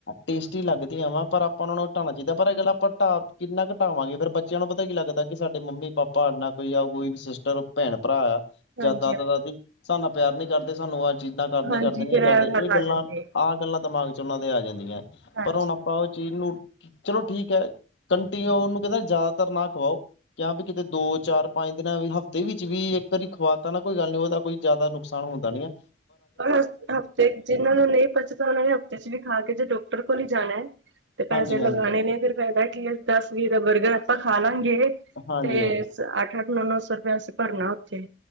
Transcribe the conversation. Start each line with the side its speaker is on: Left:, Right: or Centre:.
Left: ਟੇਸਟੀ ਲੱਗਦੀਆਂ ਵਾ ਪਰ ਆਪਾਂ ਉਹਨਾਂ ਨੂੰ ਹਟਾਉਣਾ ਚਾਹੀਦਾ ਪਰ ਐ ਗੱਲ ਆਪਾਂ ਢਾ, ਕਿੰਨਾ ਕ ਢਾਵਾਂਗੇ ਫੇਰ ਬੱ ਬੱਚਿਆਂ ਨੂੰ ਪਤਾ ਕੀ ਲੱਗਦਾ ਕਿ ਸਾਡੇ ਮੰਮੀ ਪਾਪਾ, ਨਾ ਕੋਈ ਆ ਕੋਈ ਵੀ ਸਿਸਟਰ ਭੈਣ ਭਰਾ ਆ। ਜਾਂ
Right: ਹਾਂਜੀ
Left: ਦਾਦਾ-ਦਾਦੀ,
Right: ਹਾਂਜੀ
Left: ਸਾ ਨਾ ਪਿਆਰ ਨੀ ਕਰਦੇ ਸਾਨੂੰ ਅੱਜ ਚੀਜ਼ਾਂ ਕਰਦੇ-ਕਰਦੇ
Right: ਹਾਂਜੀ
Left: ਨੇ
Right: ਫੇਰ
Left: ਇਹ ਕਰਦੇ, ਇਹ
Right: ਗੱਲ ਆ
Left: ਗੱਲਾਂ
Right: ਜਾਂਦੀ ਹੈ
Left: ਆਹ ਗੱਲਾਂ ਦਿਮਾਗ ਚ ਉਹਨਾਂ ਦੇ ਆ ਜਾਂਦੀਆਂ।
Right: ਹਾਂਜੀ
Left: ਪਰ ਹੁਣ ਪਾਓ ਚੀਜ਼ ਨੂੰ ਚਲੋ ਠੀਕ ਐ, ਕੰਟੀਓ ਉਹਨੂੰ ਕਹਿੰਦਾ ਜ਼ਿਆਦਾਤਰ ਨਾ ਖਵਾਓ। ਜਾਂ ਵੀ ਕਿਤੇ ਦੋ, ਚਾਰ-ਪੰਜ ਦਿਨਾਂ ਵੀ ਹਫ਼ਤੇ ਵਿੱਚ ਵੀ, ਇੱਕ ਵਾਰੀ ਖਵਾਤਾ ਨਾ ਕੋਈ ਗੱਲ ਨੀ ਉਹਦਾ ਕੋਈ ਜ਼ਿਆਦਾ ਨੁਕਸਾਨ ਹੁੰ। ਸਮਝ ਗਿਆ।
Right: ਪਰ ਹਫ਼ਤੇ 'ਚ ਜਿੰਨ੍ਹਾਂ ਨੂੰ ਨ‌ਈਂ ਪਚਦਾ ਉਹਨਾਂ ਨੇ ਹਫ਼ਤੇ ਚ ਵੀ ਖਾ ਕੇ ਜੇ ਡੋਕਟਰ ਕੋਲ ਈ ਜਾਣਾ ਏ। ਤੇ ਪੈਸੇ
Left: ਹਾਂਜੀ
Right: ਲਗਾਣੇ
Left: ਹਾਂਜੀ
Right: ਨੇ ਫਿਰ ਫੈਦਾ ਕੀ ਐ, ਦਸ-ਵੀਹ ਦਾ ਬਰਗਰ ਆਪਾਂ ਖਾਲਾਂਗੇ
Left: ਹਾਂਜੀ
Right: ਤੇ ਅਠ-ਅੱਠ, ਨੌ-ਨੌ ਸੌ ਰੁਪਿਆ ਅਸੀ ਭਰਨਾ ਓਥੇ।